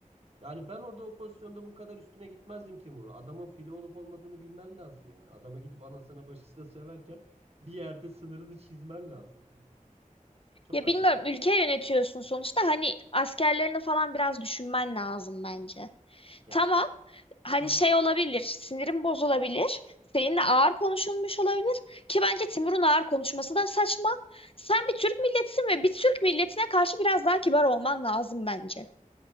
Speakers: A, on the right; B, on the left.
A: Yani ben orada o pozisyonda bu kadar üstüne gitmezdim Timur'u. Adamın fili olup olmadığını bilmen lazım yani. Adama gidip anasına başısına söverken bir yerde sınırını çizmen lazım yani. Çok
B: Ya
A: acayip.
B: bilmiyorum ülke yönetiyorsun sonuçta hani askerlerini falan biraz düşünmen lazım bence.
A: Ya,
B: Tamam. hani
A: hı.
B: şey olabilir, sinirim bozulabilir. Seninle ağır konuşulmuş olabilir ki bence Timur'un ağır konuşması da saçma. Sen bir Türk milletisin ve bir Türk milletine karşı biraz daha kibar olman lazım bence.